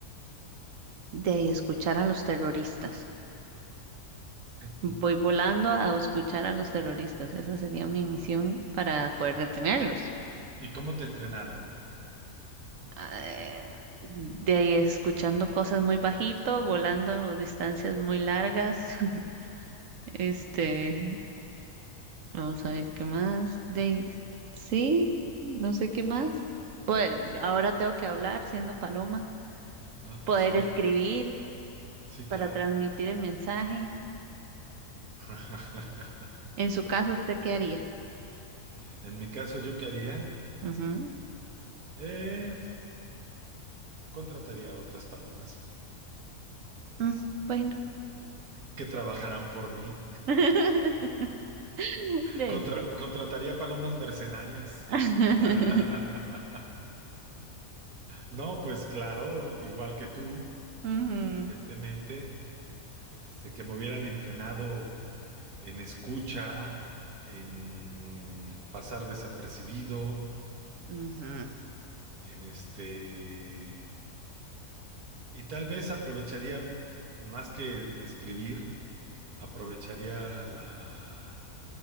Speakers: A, on the right; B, on the right.
A: De ahí escuchar a los terroristas.
B: <laughs>
A: Voy volando a escuchar a los terroristas. Esa sería mi
B: Ah,
A: misión para poder detenerlos.
B: ¿Y cómo te entrenaron?
A: eh, de ahí escuchando cosas muy bajito, volando distancias muy largas. <laughs> Este, vamos a ver qué más. De ahí, sí, no sé qué más. Pues ahora tengo que hablar siendo paloma,
B: Ah,
A: poder
B: pues sí,
A: escribir
B: sí,
A: para
B: claro.
A: transmitir el mensaje.
B: <laughs>
A: En su caso, ¿usted qué haría?
B: En mi caso, ¿yo qué haría?
A: Ujú,
B: Eh, contrataría a otras palomas
A: mm, bueno,
B: que trabajarán por mí.
A: <laughs> de ahí
B: Contra-
A: sé.
B: contrataría palomas mercenarias.
A: <laughs>
B: <laughs> No, pues claro, igual que tú,
A: Ujú,
B: evidentemente, este, que me hubieran entrenado en escucha, en pasar desapercibido,
A: ujú,
B: en este, y tal vez aprovecharía más que escribir, aprovecharía la,